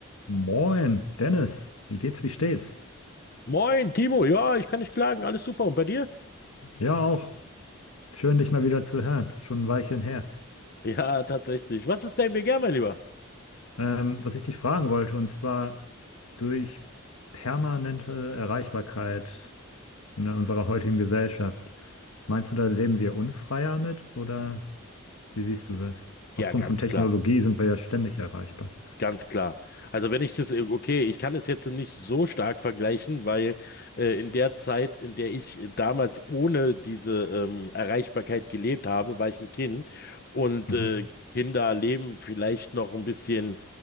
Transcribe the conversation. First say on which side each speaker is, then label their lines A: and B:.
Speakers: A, on the left; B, on the left.
A: Moin, Dennis. Wie geht's, wie steht's?
B: Moin, Timo. Ja, ich kann nicht klagen. Alles super. Und bei dir?
A: Ja, auch. Schön, dich mal wieder zu hören. Schon ein Weilchen her.
B: Ja, tatsächlich. Was ist dein Begehr, mein Lieber?
A: Ähm, was ich dich fragen wollte, und zwar durch permanente Erreichbarkeit in unserer heutigen Gesellschaft. Meinst du, da leben wir unfreier mit oder wie siehst du das? Aufgrund
B: Ja, ganz
A: von Technologie
B: klar.
A: sind wir ja ständig erreichbar.
B: Ganz klar. Also wenn ich das, äh, okay, ich kann es jetzt nicht so stark vergleichen, weil äh, in der Zeit, in der ich äh, damals ohne diese ähm, Erreichbarkeit gelebt habe, war ich ein Kind und
A: Mhm.
B: äh, Kinder leben vielleicht noch ein bisschen